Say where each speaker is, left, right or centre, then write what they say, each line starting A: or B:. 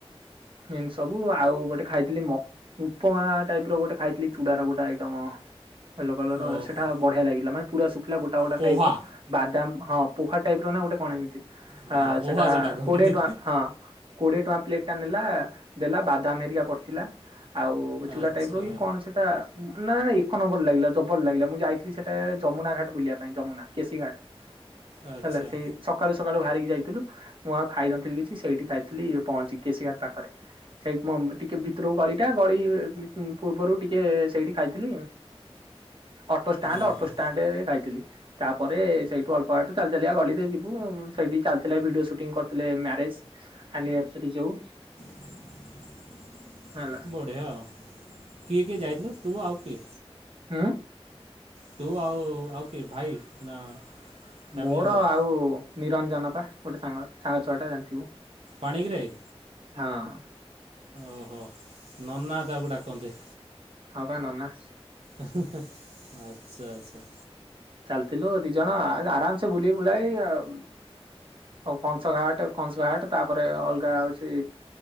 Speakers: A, on the right (about 55°); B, on the right (about 70°).
A: ଏମତି ସବୁ ଆଉ ଗୋଟେ ଖାଇଥିଲି ମ ଉପମା ଟାଇପ୍ ର ଗୋଟେ ଖାଇଥିଲି ଚୁଡ଼ାର ଗୋଟେ ଆଇଟମ। <unintelligible>
B: ଓହୋ
A: ସେଟା ବଢିଆ ଲାଗିଲା ମାନେ ପୁରା ଶୁଖିଲା ଗୋଟା ଗୋଟା
B: ପୋହା
A: ଟାଇପ୍ ର ବାଦାମ ହଁ ପୋହା ଟାଇପ୍ ର ନା ଗୋଟେ କଣ ଏମିତି
B: ହଁ
A: ଆଁ
B: ପୋହା
A: ସେଟା
B: କହନ୍ତି
A: କୋଡିଏ ଟଙ୍କା ହଁ। କୋଡ଼ିଏ ଟଙ୍କା ପ୍ଲେଟ୍ ଟା ନେଲା ଦେଲା ବାଦାମ ହେରିକା ପଡ଼ିଥିଲା ଆଉ ଚୁଡା
B: ଆଚ୍ଛା
A: ଟାଇପ୍ ର କି କଣ ସେଟା ନା ନା ଏକ ନମ୍ବର ଲାଗିଲା ତ। ଜବର ଲାଗିଲା ମୁଁ ଯାଇଥିଲି ସେଟା ଯମୁନା ଘାଟ ବୁଲିବା ପାଇଁ ଯମୁନା କେଶୀ ଘାଟ
B: ଆଚ୍ଛା
A: ହେଲା ସେଇ ସକାଳୁ ସକାଳୁ ବାହାରିକି ଯାଇଥିଲୁ। ମୁଁ ଆଉ ଖାଇନଥିଲି କିଛି ସେଇଠି ଖାଇଥିଲି ପହଞ୍ଚି କେଶୀ ଘାଟ ପାଖରେ ସେଇ ମମ୍ ଟିକେ ଭିତରୁକୁ ଗଳିଟା ଗଳି ପୂର୍ବରୁ ଟିକେ ସେଇଠି ଖାଇଥିଲି। ଅଟୋଷ୍ଟାଣ୍ଡ
B: ଓହୋ
A: ଅଟୋଷ୍ଟାଣ୍ଡରେ ଖାଇଥିଲି। ତାପରେ ସେଇଠୁ ଅଳ୍ପ ବାଟ ଚାଲି ଚାଲିକା ଗଲି ତୁ ଯିବୁ। ସେଇଠି ଚାଲିଥିଲା ଭିଡିଓ ସୁଟିଂ କରିଥିଲେ ମ୍ୟାରେଜ୍। ଆନିଭର୍ସରି ଯୋଉ।
B: <inaudible>
A: ହେଲା
B: ବଢ଼ିଆ କିଏ କିଏ ଯାଇଥିଲ ତୁ ଆଉ କିଏ?
A: ହୁଁ।
B: ତୁ ଆଉ ଆଉ କିଏ ଭାଇ ନା ଫ୍ୟାମିଲି
A: ମୋର
B: ପୁରା
A: ଆଉ ନିରଞ୍ଜନ ପା। ଗୋଟେ ସାଙ୍ଗ ସାଙ୍ଗ ଛୁଆ ଟା ଜାଣିଥିବୁ।
B: ପାଣିଗ୍ରାହୀ।
A: ହଁ।
B: ଓହୋ। ନନା ତାକୁ ଡାକନ୍ତି।
A: ହଁ ବା ନନା।
B: ଆଚ୍ଛା ଆଚ୍ଛା।
A: ଚାଲିଥିଲୁ ଦି ଜଣ। ଆ ଆରାମ ସେ ବୁଲି ବୁଲାଇ ଆଉ ହଉ କଂସକା ଘାଟ କଂସଲାଘାଟ ତାପରେ ଅଲଗା ହଉଛି